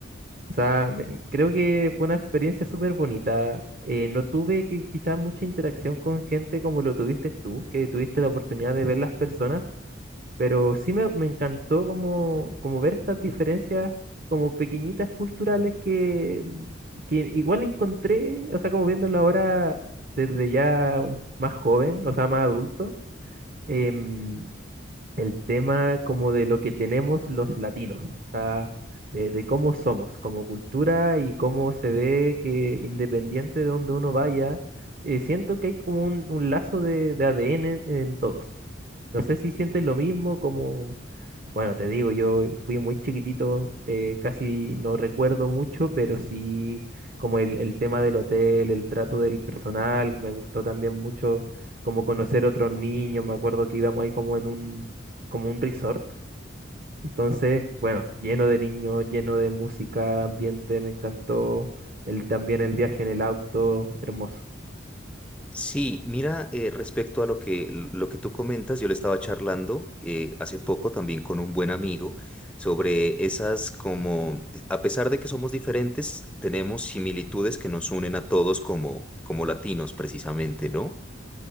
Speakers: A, on the right; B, in the centre.
A: O sea, me- creo que fue una experiencia súper bonita. Eh, no tuve que, quizás mucha interacción con gente como lo tuviste tú, que tuviste la oportunidad de ver las personas, pero sí me, me encantó como, como ver estas diferencias como pequeñitas culturales que, que igual encontré, o sea, como viéndolo ahora desde ya un- más joven, o sea, más adulto, em, el tema como de lo que tenemos los latinos, o sea, de, de cómo somos como cultura y cómo se ve que independiente de donde uno vaya, eh, siento que hay como un, un lazo de, de ADN en en todos. No sé si sientes lo mismo, como... Bueno, te digo, yo fui muy chiquitito, eh, casi no recuerdo mucho, pero sí como el, el tema del hotel, el trato del personal, me gustó también mucho como conocer otros niños, me acuerdo que íbamos ahí como en un, como un resort, entonces, bueno, lleno de niños, lleno de música, ambiente, me encantó el, también el viaje en el auto, hermoso,
B: Sí, mira, eh, respecto a lo que, lo que tú comentas, yo le estaba charlando eh, hace poco también con un buen amigo sobre esas como, a pesar de que somos diferentes, tenemos similitudes que nos unen a todos como, como latinos precisamente, ¿no?